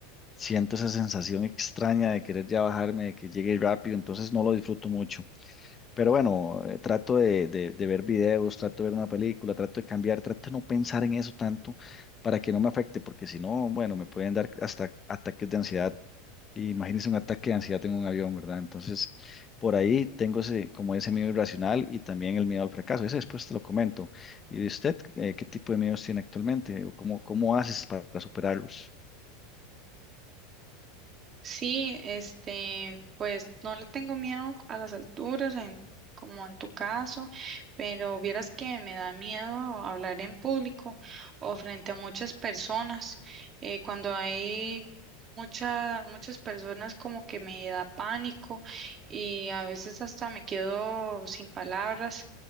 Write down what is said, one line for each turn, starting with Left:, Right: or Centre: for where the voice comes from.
Left: siento esa sensación extraña de querer ya bajarme, de que llegue rápido, entonces no lo disfruto mucho. Pero bueno, eh, trato de, de, de ver videos, trato de ver una película, trato de cambiar, trato de no pensar en eso tanto para que no me afecte, porque si no, bueno, me pueden dar hasta ataques de ansiedad. Y imagínese un ataque de ansiedad en un avión, ¿verdad? Entonces, por ahí tengo ese, como ese miedo irracional y también el miedo al fracaso. Ese después te lo comento. ¿Y de usted, eh, qué tipo de miedos tiene actualmente? ¿O cómo, cómo haces para superarlos?
Right: Sí, este, pues no le tengo miedo a las alturas, en, como en tu caso, pero vieras que me da miedo hablar en público o frente a muchas personas. Eh, cuando hay mucha, muchas personas como que me da pánico y a veces hasta me quedo sin palabras.